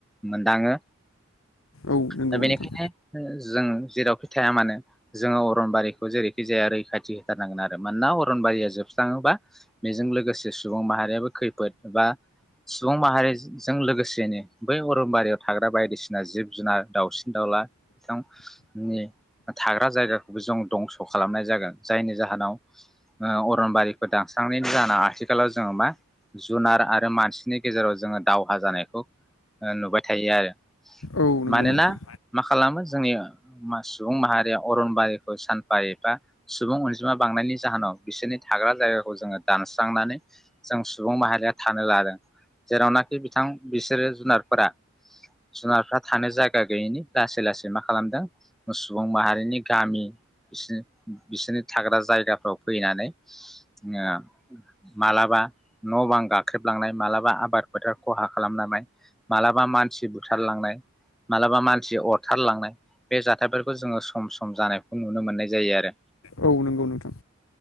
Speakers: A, in the centre; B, on the left.
A: मोनदांङो
B: औ नंगौ
A: दा बेनिखायनो
B: नोंथां
A: जों जेेरावखि थाया मानो जोंङो अरनबारिखौ जेरैखि जाया रैखाथि होथारनांगोन आरो मानोना अरनबारिया जोबस्रांङोबा बेजों लोगोसे सुबुं माहारियाबो खैफोद बा सुबुं माहारिजों लोगोसेनो बै अरनबारियाव थाग्रा बायदिसिना जिब जुनार दाउसिन दाउला थां नि थाग्रा जायगाखौबो जों दंस' खालामनाय जागोन जायनि जाहोनाव ओ अरनबारिखौ दानस्रांनायनि जाहोनाव आथिखालाव जोंङो मा जुनार आरो मानसिनि गेजेराव जोंङो दावहा जानायखौ ओ नुबाय थायो आरो।
B: औ नंगौ
A: मानोना
B: नोंथां
A: मा खालामो जोंनिआ मा सुबुं माहारिया अरनबारिखौ सानफा एफा सुबुं अनजिमा बांनायनि जाहोनाव बिसोरनि थाग्रा जायगाखौ जोंङो दानस्रांनानै जों सुबुं माहारिया थानो लादों जेरावनाखि बिथां बिसोरो जुनारफोरा जुनारफ्रा थानो जायगा गैयिनि लासै लासै मा खालामदों सुबुं माहारिनि गामि बिसि बिसोरनि थाग्रा जायगाफ्राव फैनानै ओ मालाब बा न' बां गाख्रेबलांनाय मालाबा आबाद फोथार खहा खालामलांनाय मालाबा मानसि बुथारलांनाय मालाबा मानसि अरथारलांनाय जाथायफोरखौ जोङो सम सम जानायखौ नुनो मोननाय जायो आरो।
B: औ नंगौ नोंथां